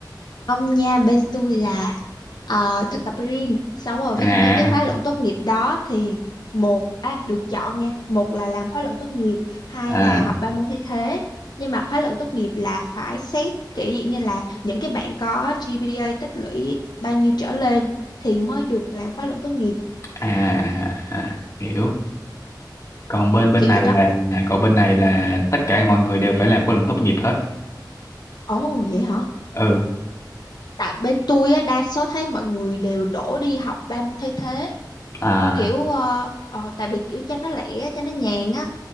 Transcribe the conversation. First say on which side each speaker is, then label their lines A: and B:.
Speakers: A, on the left (about 65°); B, on the left (about 40°).
A: Ông nha bên tôi là ờ, thực tập riêng xong rồi ví
B: À
A: dụ như cái khóa luận tốt nghiệp đó thì một à được chọn nha một là làm khóa luận tốt nghiệp hai
B: à
A: là học ba môn thay thế nhưng mà khóa luận tốt nghiệp là phải xét kiểu dạng như là những cái bạn có GPA tích lũy bao nhiêu trở lên thì mới được làm khóa luận tốt nghiệp
B: à, à hiểu. Còn bên bên
A: kiểu
B: này
A: vậy đó
B: là còn bên này là tất cả mọi người đều phải làm khóa luận tốt nghiệp hết.
A: ồ vậy hả
B: Ừ.
A: tại bên tôi á đa số thấy mọi người đều đổ đi học ba môn thay thế
B: À
A: kiểu ờ, ờ, tại vì kiểu cho nó lẻ cho nó nhàn á